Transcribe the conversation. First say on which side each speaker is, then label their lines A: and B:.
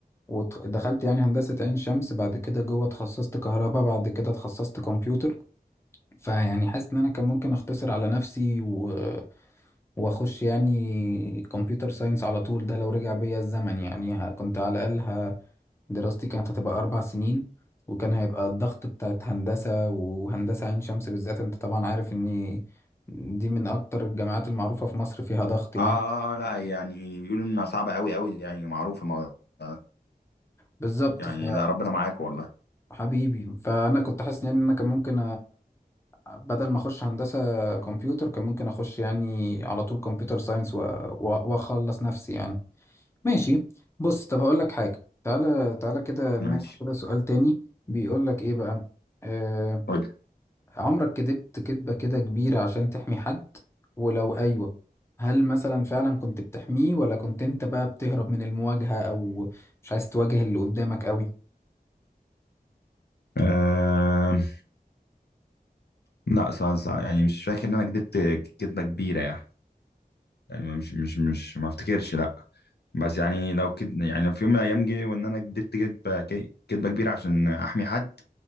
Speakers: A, on the left; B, on the left.
A: ودخلت يعني هندسة عين شمس بعد كده جوه اتخصصت كهرباء بعد كده اتخصصت كمبيوتر فيعني حاسس ان انا كان ممكن اختصر على نفسي و... واخش يعني كمبيوتر ساينس على طول ده لو رجع بيا الزمن يعني ه- كنت على الاقل ه- دراستي كانت هتبقى اربع سنين وكان هيبقى الضغط بتاعت هندسة وهندسة عين شمس بالذات انت طبعا عارف ان دي من اكتر الجامعات المعروفة في مصر فيها ضغط يعني
B: آه، آه، لأ يعني بيقولوا إنها صعبة أوي، أوي يعني معروف الموضوع ده،
A: بالظبط
B: يعني
A: ف
B: لأ ربنا معاك والله،
A: حبيبي فانا كنت حاسس يعني ان انا كان ممكن بدل ما اخش هندسة كمبيوتر كان ممكن اخش يعني على طول كمبيوتر ساينس و- و- واخلص نفسي يعني ماشي بص طب هقول لك حاجة تعالى تعالى كده
B: ماشي
A: ناخد كده سؤال تاني بيقول لك ايه بقى آه
B: قُل.
A: عمرك كدبت كدبة كده كبيرة عشان تحمي حد ولو ايوه هل مثلا فعلا كنت بتحميه ولا كنت انت بقى بتهرب من المواجهة او مش عايز تواجه اللي قدامك قوي
B: آمم، لأ ص ص يعني مش فاكر إن أنا كدبت كدبة كبيرة يعني، يعني مش مش مش ما افتكرش لأ، بس يعني لو كد يعني لو في يوم من الأيام جه وإن أنا كدبت كدبة ك كدبة كبيرة عشان أحمي حد،